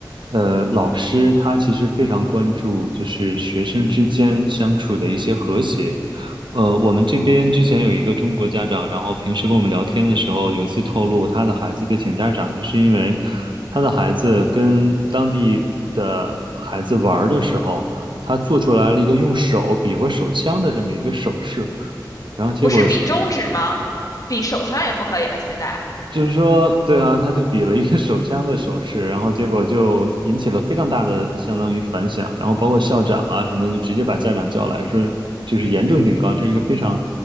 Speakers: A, on the right (about 80°); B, on the left (about 50°).
A: 呃，老师他其实非常关注就是学生之间相处的一些和谐。呃，我们这边之前有一个中国家长，然后平时跟我们聊天的时候，有一次透露他的孩子被请家长，就是因为他的孩子跟当地的孩子玩儿的时候，他做出来了一个用手比划手枪的这么一个手势。然后结果
B: 不是比中指吗？比手枪也不可以了，现在。
A: 就是说，对啊，他就比了一个手枪的手势，然后结果就引起了非常大的相当于反响，然后包括校长啊什么的，就直接把家长叫来说，就是严重警告，这是一个非常